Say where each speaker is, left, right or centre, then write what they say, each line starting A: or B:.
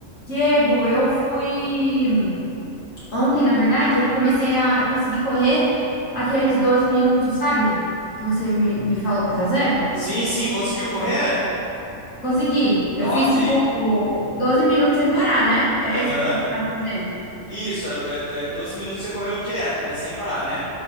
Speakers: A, on the left; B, on the left.
A: Diego, eu fui ontem, na verdade, eu comecei a, eu consegui correr aqueles 12 minutos, sabe? Que você me, me falou pra fazer?
B: Sim, sim, conseguiu correr?
A: Consegui. Eu
B: Top!
A: fiz tipo 12 minutos sem parar, né? Era
B: Aham.
A: isso que precisava fazer.
B: Isso, era do- é, do- é 12 minutos você correu direto, né? Sem parar, né?